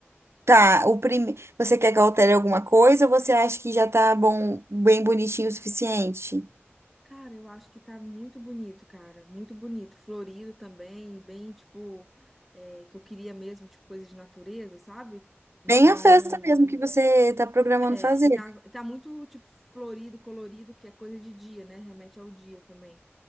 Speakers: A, on the right (about 70°); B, in the centre.
A: Tá, o prime... Você quer que eu altere alguma coisa ou você acha que já tá bom, bem bonitinho o suficiente?
B: Cara, eu acho que tá muito bonito, cara, muito bonito, florido também, bem tipo é, que eu queria mesmo, tipo coisa de natureza, sabe? Então,
A: Bem a festa mesmo que você tá programando
B: É,
A: fazer.
B: E tá, tá muito, tipo, florido, colorido, que é coisa de dia, né? Remete ao dia também.